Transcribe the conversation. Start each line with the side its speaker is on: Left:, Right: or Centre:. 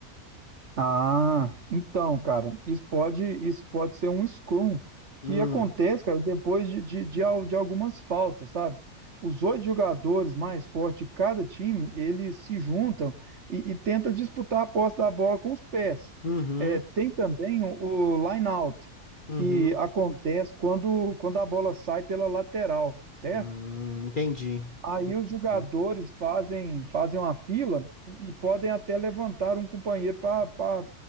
Right: Ah, então, cara, isso pode, isso pode ser um scrum que
Left: Hum,
Right: acontece, cara, depois de, de, de, al- de algumas faltas, sabe? Os oito jogadores mais fortes de cada time, eles se juntam e, e tentam disputar a posse da bola com os pés.
Left: uhum,
Right: É, tem também o, o line out,
Left: uhum,
Right: que acontece quando, quando a bola sai pela lateral, certo?
Left: hum, entendi,
Right: Aí
Left: entendi.
Right: os jogadores fazem fazem uma fila e, e podem até levantar um companheiro para